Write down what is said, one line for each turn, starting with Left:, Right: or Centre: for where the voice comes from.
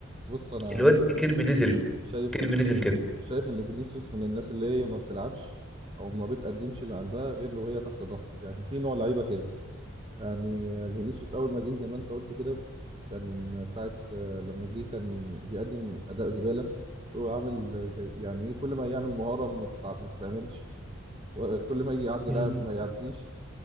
Right: بص انا
Centre: الواد كيربي نزل
Right: شايف
Centre: كيربي نزل كده
Right: شايف ان فينيسيوس من الناس اللي هي ما بتلعبش او ما بتقدمش اللي عندها غير لو هي تحت ضغط يعني في نوع لعيبة كده يعني فينيسيوس اول ما جه زي ما انت قلت كده كان ساعة آه، لما جه كان بيقدم اداء زبالة وعامل زي يعني ايه كل ما يعمل مهارة ما تتع... ما تتعملش وكل ما يجي يعدي
Centre: مم.
Right: لاعب ما يعديش